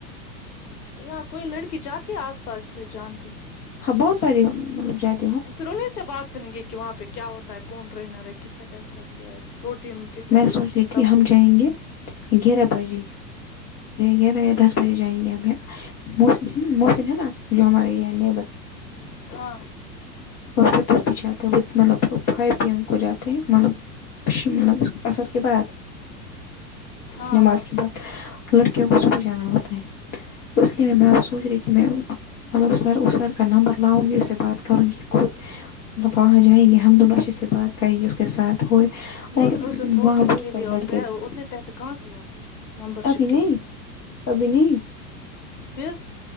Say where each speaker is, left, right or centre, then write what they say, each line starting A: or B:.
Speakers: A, on the left; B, on the left.
A: یہاں کوئی لڑکی جاتی ہے آس پاس سے جانتی ہو
B: ہاں بہت ساری مطلب جات
A: پھر انہیں سے بات کریں گے کہ وہاں پہ کیا ہوتا ہے کون ٹرینر ہے کتنے پیسے لگتے ہیں اور پروٹین کتنے
B: میں
A: لاتے
B: سوچ رہی
A: ہیں
B: تھی
A: سب
B: ہم
A: کچھ
B: جائیں گے گیارہ بجے گیارہ یا دس بجے جائیں گے موسٹلی مسم یہ ہے نا جو ہمارے یہ نیبر
A: ہاں
B: اور پ بھی جاتے ہے وہ مطلب فائیو پی ایم کو جاتے ہے مطلب ملب اس <inaudible> عصر کے بعد
A: ہاں
B: نماز
A: ہاں
B: کے بعد لڑکیوں کو صبح جانا ہوتا ہے اس لیے میں سوچ رہی تھی میں مطلب سر اس سر کا نمبر لاؤں گی اس سے بات کروں گی خود مطلب وہاں جائیں گے ہم دونوں اچھے سے بات کریں گے اس کے ساتھ ہوئے
A: نہیں
B: اور
A: اسے پروٹین
B: وہاں بہت
A: کے
B: سارے
A: لیے اور
B: لڑکے
A: پے
B: بھی
A: اتنے پیسے کہاں سے لاؤ گے تم ممبر
B: ابھی
A: شپ
B: نہیں
A: کے لیے بھی
B: ابھی نہیں
A: پھر